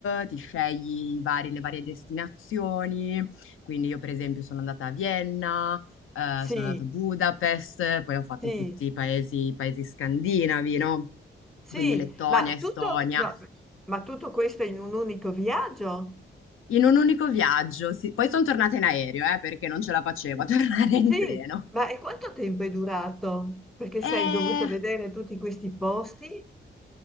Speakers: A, on the left; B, in the centre.
A: ti scegli i vari- le varie destinazioni. Quindi io per esempio sono andata a Vienna, eh,
B: sì,
A: sono andata a Budapest, poi ho fatto
B: sì,
A: tutti i paesi, i paesi scandinavi, no?
B: sì.
A: Quindi Lettonia,
B: Ma
A: Estonia.
B: tutto, no, ma tutto questo in un unico viaggio?
A: in un unico viaggio. sì. Poi sono tornata in aereo, eh, perché non ce la facevo a <laughs> tornare in
B: Sì.
A: treno.
B: Ma e quanto tempo è durato? Perché
A: E
B: se hai dovuto vedere tutti questi posti?